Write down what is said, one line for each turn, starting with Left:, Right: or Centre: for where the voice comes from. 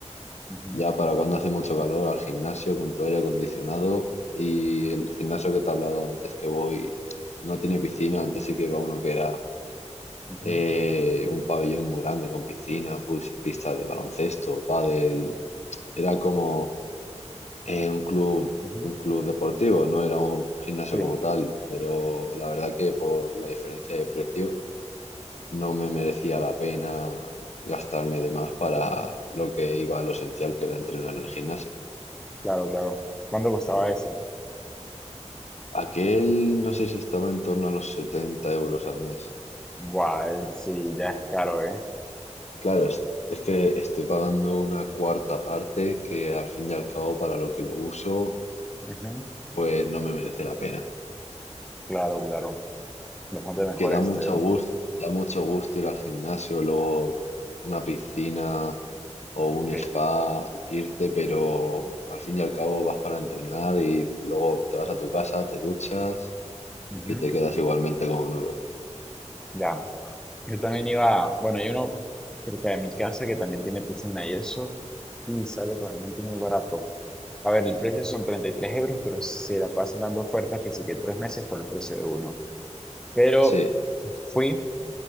Centre: ujú,
Left: Ya para cuando hace mucho calor al gimnasio con tu aire acondicionado y el gimnasio que te he hablado antes que voy no tiene piscina, antes sí que iba uno que era
Centre: ujú,
Left: eh, un pabellón muy grande con piscina, pues, pista de baloncesto, pádel, era como eh, un club,
Centre: ujú.
Left: un club deportivo, no era un gimnasio
Centre: Sí,
Left: como tal, pero la verdad que por la diferencia de precio no me merecía la pena gastarme de más para lo que iba a lo esencial que era entrenar en el gimnasio.
Centre: claro, claro. ¿Cuánto costaba eso?
Left: Aquel no sé si estaba en torno a los 70 euros al mes.
Centre: Guay, sí, ya es caro, ¿eh?
Left: Claro, es, es que estoy pagando una cuarta parte que al fin y al cabo para lo que lo uso,
Centre: Ujú,
Left: pues no me merece la pena.
Centre: Claro, claro. Bastante mejor
Left: que da
Centre: este,
Left: mucho gusto, da mucho gusto ir al gimnasio, luego una piscina o un
Centre: sí.
Left: spa, irte, pero al fin y al cabo vas para entrenar y luego te vas a tu casa, te duchas
Centre: Ujú,
Left: y te quedas igualmente como nuevo.
Centre: Ya. Yo también iba, bueno, hay uno cerca de mi casa que también tiene piscina y eso, y sale realmente muy barato. A ver, el precio son 33 euros, pero se la pasan dando ofertas que sí que tres meses por el precio de uno. Pero
Left: Sí,
Centre: fui